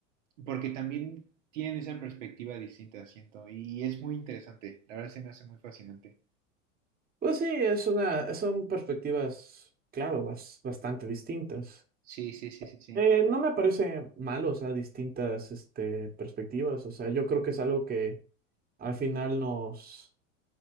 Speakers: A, on the right (about 65°); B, on the right (about 20°).
A: porque también tienen esa perspectiva distinta, siento, y es muy interesante, la verdad se me hace muy fascinante.
B: Pues sí, es una, son perspectivas, claro, bas- bastante distintas.
A: Sí, sí, sí, sí, sí.
B: Eh, no me parece malo, o sea, distintas, este, perspectivas. O sea, yo creo que es algo que al final nos,